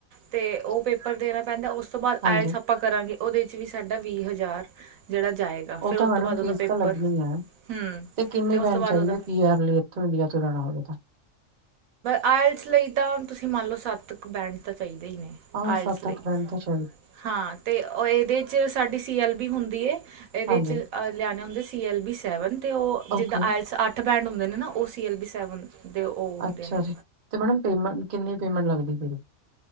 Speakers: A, on the right; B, on the right.
A: ਤੇ ਉਹ ਪੇਪਰ ਦੇਣਾ ਪੈਂਦਾ ਉਸ ਤੋਂ ਬਾਅਦ
B: ਹਾਂਜੀ
A: ਆਇਲ ਸ ਆਪਾਂ ਕਰਾਂਗੇ ਉਹਦੇ 'ਚ ਵੀ ਸਾਡਾ ਵੀਹ ਹਜ਼ਾਰ ਜਿਹੜਾ ਜਾਏਗਾ।
B: ਉਹ
A: ਫਿਰ
B: ਤਾਂ
A: ਉਸ
B: ਮੈਡਮ
A: ਤੋਂ ਬਾਅਦ ਉਹਦਾ
B: ਫੀਸ
A: ਪੇਪਰ
B: ਤਾਂ ਲੱਗਣੀ ਹੈ
A: ਹਮ
B: ਤੇ ਕਿੰਨੇ
A: ਉਸ
B: ਬੈਂਡ
A: ਤੋਂ ਬਾਅਦ
B: ਚਾਹੀਦੇ
A: ਉਹਦਾ
B: ਪੀ ਆਰ ਲਈ ਇੱਥੋਂ ਇੰਡੀਆ ਤੋਂ ਲੈਣਾ ਹੋਵੇ ਤਾ
A: ਆਇਲਸ ਲਈ ਤਾਂ ਤੁਸੀਂ ਮੰਨ ਲਓ ਸੱਤ ਕੁ ਬੈਂਡ ਤਾਂ ਚਾਹੀਦਾ ਹੀ ਨੇ
B: ਹਾਂ
A: ਆਇਲਸ
B: ਸੱਤ
A: ਲਈ
B: ਅੱਠ ਬੈਡ ਤੇ ਚਾ
A: ਹਾਂ ਤੇ ਇਹਦੇ 'ਚ ਸਾਡੀ ਸੀ ਐੱਲ ਬੀ ਹੁੰਦੀ ਏ ਇਹਦੇ
B: ਹਾਂਜੀ
A: ਵਿਚ ਲਿਆਣੇ ਹੁੰਦੇ ਸੀ ਐੱਲ ਬੀ ਸੈਵਨ ਤੇ ਉਹ
B: ਓਕੇ
A: ਜਿੱਦਾਂ ਆਇਲਸ ਅੱਠ ਬੈਂਡ ਹੁੰਦੇ ਨੇ ਨਾ ਉਹ ਸੀ ਐਲ ਬੀ ਸੈਵਨ ਦੇ ਉਹ
B: ਅਛਾ
A: ਨੇ
B: ਜੀ ਤੇ ਮੈਡਮ ਪੇਮੈਂਟ ਕਿੰਨੀ ਪੇਮੈਂਟ ਲੱਗਦੀ ਏ?